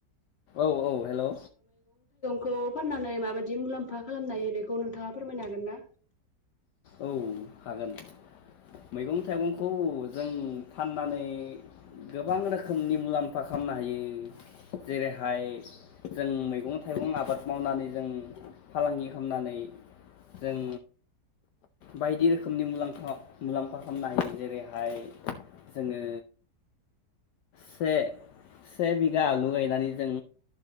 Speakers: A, on the left; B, on the left.
A: औ औ हेलौ
B: खौ फाननानै माबायदि मुलाम्फा खालामनो हायो बेखौ नोंथाङा फोरमायनो हागोन ना
A: औ हागोन मैगं थायगंखौ जों फाननानै गोबां रोखोमनि मुलाम्फा खामनो हायो जेरैहाय जों मैगं थायगं आबाद मावनानै जों फालांगि खामनानै जों बायदि रोखोमनि मुलामफा-मुलाम्फा खामनो हायो जेरैहाय जोंङो से-से बिगा आलु गायनानै जों